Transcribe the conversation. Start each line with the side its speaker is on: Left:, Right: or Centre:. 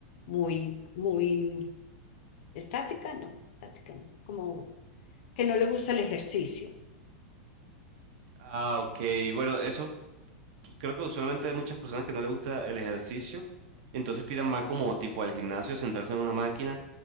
Left: muy, muy Estática, no, estática no, como que no le gusta el ejercicio.
Right: Ah, ok. Bueno, eso creo que usualmente hay muchas personas que no les gusta el ejercicio, entonces tiran más como tipo al gimnasio, sentarse en una máquina,